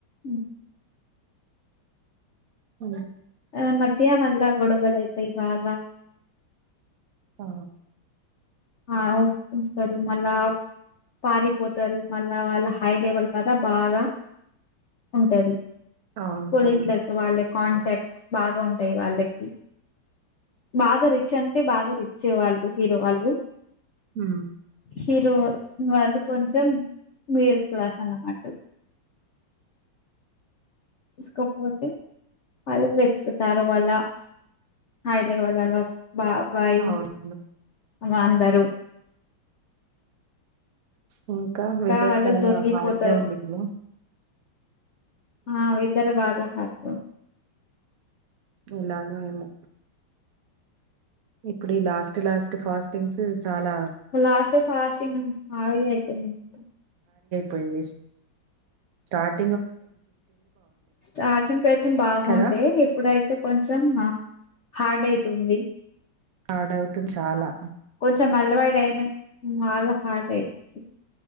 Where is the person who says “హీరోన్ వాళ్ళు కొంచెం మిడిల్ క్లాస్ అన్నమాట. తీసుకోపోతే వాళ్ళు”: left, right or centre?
Left